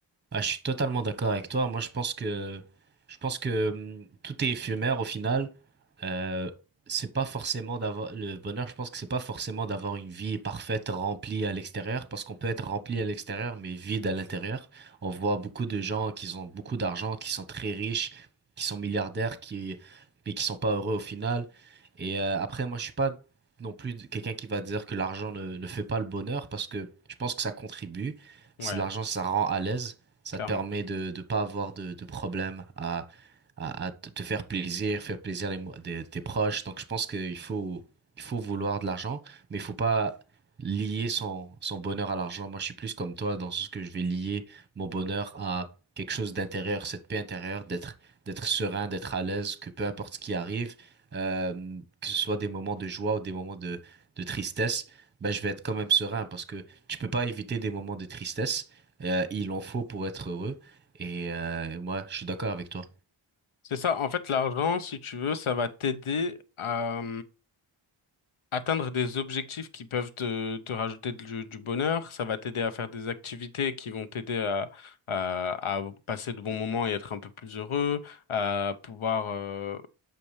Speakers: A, on the right; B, on the left.
A: Ah, je suis totalement d'accord avec toi. Moi, je pense que je pense que hum, tout est éphémère au final. Euh, c'est pas forcément d'avoir le bonheur. Je pense que c'est pas forcément d'avoir une vie parfaite remplie à l'extérieur, parce qu'on peut être rempli à l'extérieur mais vide à l'intérieur. On voit beaucoup de gens qui ont beaucoup d'argent, qui sont très riches, qui sont milliardaires, qui mais qui sont pas heureux au final. Et euh, après, moi, je suis pas non plus quelqu'un qui va dire que l'argent ne, ne fait pas le bonheur, parce que je pense que ça contribue. C'est
B: Ouais,
A: l'argent, ça rend à l'aise. Ça
B: clairement.
A: te permet de ne pas avoir de, de problème à, à, à te te faire plaisir, faire plaisir les, mo- des- tes proches. Donc je pense qu'il faut, il faut vouloir de l'argent, mais il faut pas lier son, son bonheur à l'argent. Moi, je suis plus comme toi dans ce sens que je vais lier mon bonheur à quelque chose d'intérieur, cette paix intérieure, d'être, d'être serein, d'être à l'aise, que peu importe ce qui arrive, euh, que ce soit des moments de joie ou des moments de, de tristesse, ben, je vais être quand même serein parce que tu peux pas éviter des moments de tristesse. Euh, il en faut pour être heureux. Et euh, moi, je suis d'accord avec toi.
B: C'est ça, en fait, l'argent, si tu veux, ça va t'aider à... Atteindre des objectifs qui peuvent te, te rajouter du, du bonheur, ça va t'aider à faire des activités qui vont t'aider à, à, à passer de bons moments et être un peu plus heureux, à pouvoir euh,